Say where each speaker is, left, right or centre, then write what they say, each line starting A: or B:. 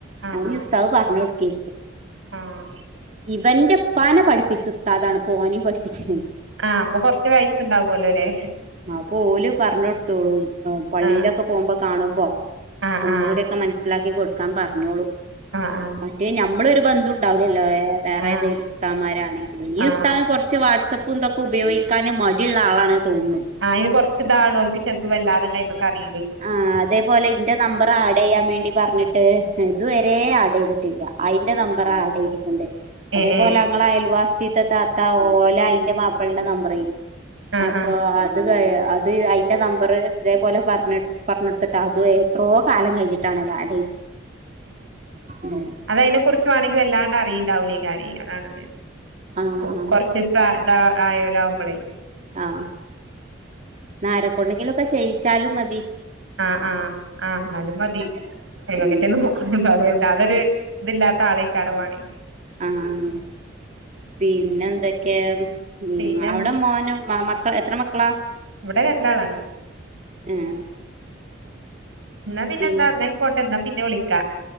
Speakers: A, on the right (about 80°); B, on the right (about 40°).
A: ആഹ്
B: അഹ്ഞ്ഞ്
A: ആഹ്
B: ഉസ്താവ് പർഞൊട്ക്കി
A: ആഹ്
B: ഇവന്റപ്പാന പഠിപ്പിച്ച ഉസ്താദാണ് പ്പൊ ഓനേം പഠ്പ്പിച്ചണ്.
A: ആഹ് അപ്പൊ കൊർച്ചു വയസ്ണ്ടാവോലൊ ലേ.
B: പ്പോല് പർഞ്ഞൊട്ത്തോളും അ പള്ളിയിലൊക്ക
A: ആഹ്
B: പോവുമ്പ കാണുമ്പൊ.
A: ആഹ്
B: ഒന്നുങ്കൂട്യൊക്ക
A: ആഹ്
B: മൻസ്സിലാക്കി കൊടുക്കാ പർഞ്ഞോളും
A: ആഹ് ആഹ്
B: മറ്റേ ഞ്ഞമ്മളൊരു ബന്ധു ണ്ടാവുലല്ലോ ഏ വേറേതെലു
A: ആഹ്
B: ഉസ്താമാരാണെങ്കിലും ഈ
A: ആഹ് ആഹ്
B: ഉസ്താഹ് കൊർച്ച് വാട്സപ്. പ്പും തൊക്ക ഉപയോഗിക്കാന് മടിള്ള ആളാണ് തോന്ന്ണു.
A: ആഹ് അയ്ന് കൊർച്ച് താകണോ ഓൽക്ക് ചെൽപ്പ വല്ലാതെണ്ടയ്മക്കറീ
B: ആഹ് അതേപോലെ ഇന്റെ നമ്പറാഡെയ്യാ വേണ്ടി പർഞ്ട്ട് ഇതുവരെ ആഡെയ്ത് ട്ടില്ല അയ്ന്റെ നമ്പറാ ആഡെയ്തിട്ടുണ്ട് അതേപോല
A: ഏഹ് ഏഹ്
B: അങ്ങള അയൽവാസിത്തെ താ ത്ത ഓല അയ്ന്റെ മാപ്പൾന്റെ നമ്പറേനി
A: ആഹ്
B: അപ്പൊ
A: ആഹ്
B: അ ത് കൈ അത് അയ്ന്റെ നമ്പറ് തേപോലെ പർഞ് പർഞ്ഞൊട്ത്ത്ട്ട് അതു എത്രോ കാലം കയ്ഞ്ട്ടാണല്ലോ ആടെയ്ത് ഉം.
A: അതയ്നെ കുർച്ച് വാണങ്കി വല്ലാണ്ടറിണ്ടാവുലയ്കാരെ അതാണത്
B: ആഹ്
A: കൊ
B: ആഹ്
A: കൊർച്ച് പ്രാ താ ആയോലാവുംബളെ.
B: ആഹ് ന്നാരക്കൊണ്ടെങ്കിലൊക്കെ ചെയ്യിച്ചാലും മതി.
A: ആഹ് ആഹ് ആ ന്നാലും മതി ഐമക്കെറ്റെ
B: ഉം
A: ന്നോ ത <unintelligible> ല്ല അതൊരു ഇതില്ലാ <unintelligible> ത്ത ആളെക്കാരമാണ്
B: ആഹ് പിന്നെ എന്തൊക്കെയ ഉം
A: പിന്നെ
B: അവിടെ മോന് മക്കള് എത്ര മക്കളാ
A: ഇവിടെ രണ്ടാളാണ്
B: ഏഹ്
A: എന്നാ പിന്നെ
B: പി
A: എന്താ എന്നായിക്കോട്ടെന്നാ പിന്നെ വിളിക്കാം